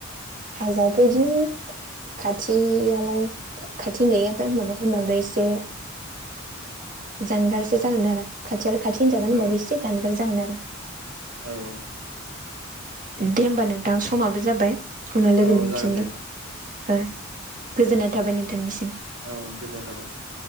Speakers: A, on the right; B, on the right.
A: हाजोआथ' इदिनो खाथियालाय खाथि होनजायो ओमफाय बांद्राय एसे जानगारसो जागोन आरो खाथिलाय खाथि होनजागोन
B: औ
A: होनबाबो एसे जानगार जागोन आरो
B: औ
A: दे होमबा नोंथां समाबो जाबाय उनाव
B: औ
A: लोगो मोनफिनगोन
B: जागोन दे नोंथां
A: ओ गोजोननाय थाबाय नोंथांनिसिम
B: औ गोजोननाय थाबाय नोंथां